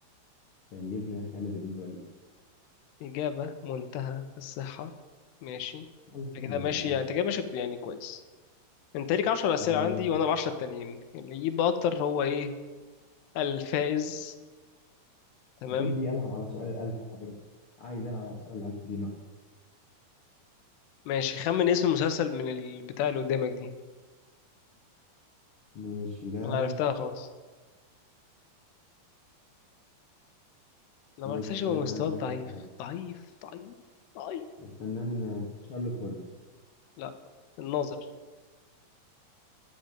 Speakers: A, on the left (about 70°); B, on the left (about 85°).
A: سيدنا خالد بن الوليد
B: إجابة منتهى الصحة ماشي أنت
A: الحمد
B: كده
A: لله
B: ماشي يعني أنت كده ماشي يعني كويس أنت ليك عشر أسئلة
A: آه
B: عندي وأنا العشرة التانيين اللي يجيب أكتر هو إيه الفائز تمام
A: بدي العب على سؤال الالف حضرتك عايز العب على سؤال الالف دينار
B: ماشي خمن اسم المسلسل من البتاع اللي قدامك دي
A: ماشي ده
B: أنا عرفتها خلاص لو
A: ماشي
B: ما عرفتهاش يبقى
A: انا كمان
B: مستواك
A: شاكك
B: ضعيف
A: في حاجه
B: ضعيف ضعيف ضعيف
A: الفنان آه، شارلوك هولمز
B: لا الناظر